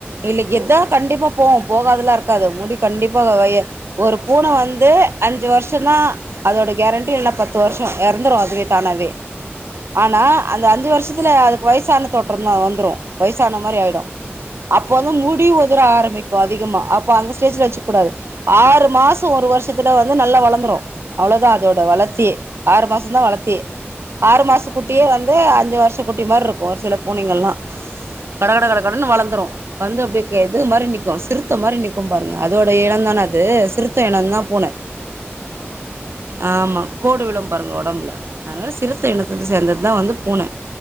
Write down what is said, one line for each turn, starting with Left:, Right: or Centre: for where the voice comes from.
Right: இல்ல எதோ
Left: ம்
Right: கண்டிப்பா போவு போகாதல்லா இருக்காது முடி கண்டிப்பா வ ம் ஒரு பூன வந்து அஞ்சு வர்ஷோந்தா அதோ ட கேரண்டி இல்ல பத்து வர்ஷோ எறந்திரு அதுவே தானாவே
Left: ம்
Right: ஆனா அந்த அஞ்சு வர்ஷத் துல அதுக்கு வய்சான தோற்றோந்தா வந்திரு வய்சான மாரி ஆய்டு அப்போ
Left: ம்
Right: வந்து முடி உதுர ஆரம்பிக் க்கு அதிகமா அப்ப அந்த ஸ்டேஜ்ல வெச்சிக் கூடாது ஆறு மாசோ ஒரு வர்ஷத்துல வந்து நல்லா வளர்ந்துடு அ அவ்ளோதா அதோட வளத்தியே ஆறு மாசோந்தா வளத்தியே ஆறு மாஸ்து
Left: ஆ
Right: குட்டியே வந்து அந் அஞ்சு வர்ஷ குட்டி மார்ருக்கு ஒரு சில பூனைங்கல்லா கட கட கட கடன் வளர்ந்திரு வந்து அப்டே க இது மாரி நிக்கு சிறுத்த மாரி நிக்கு பாருங்க அதோட இன்ந் தான அது சிறுத்த எனொந்தா பூன
Left: ஆமாங்க
Right: ஆமா கோடு விழு பாருங்க ஒடம்புல அதனால சிறுத்த எனத்துது சேந்தத்தா வந்து பூன